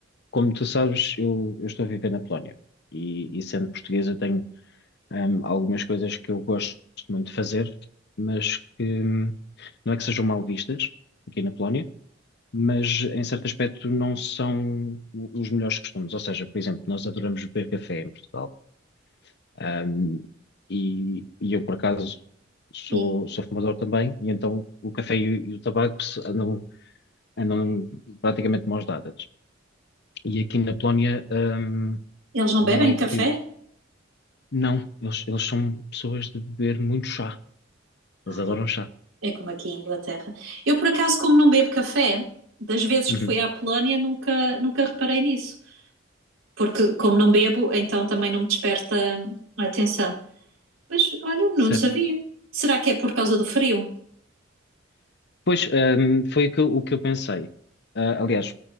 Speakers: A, on the left (about 60°); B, on the right (about 80°).
A: como tu sabes, eu, eu estou a viver na Polónia e, e sendo português eu tenho ahm, algumas coisas que eu gosto muito de fazer, mas que hum, não é que sejam mal vistas aqui na Polónia. mas em certo aspecto não são o- os melhores costumes. Ou seja, por exemplo, nós adoramos beber café em Portugal. Ahm, e, e eu, por acaso, sou,
B: E
A: sou fumador também, e então o café e, o e o tabaco se- andam, andam praticamente de mãos dadas. E aqui na Polónia, ahm,
B: eles não
A: não
B: bebem
A: é
B: café?
A: que. Não, eles, eles são pessoas de beber muito chá.
B: Ah,
A: Eles adoram
B: é,
A: chá.
B: é como aqui em Inglaterra. Eu, por acaso, como não bebo café, das vezes
A: Uhum,
B: que fui à Polónia, nunca, nunca reparei nisso. Porque, como não bebo, então também não me desperta a atenção. Mas, olha, não
A: certo.
B: sabia. Será que é por causa do frio?
A: Pois, hum, foi o que eu, o que eu pensei. Ah, aliás,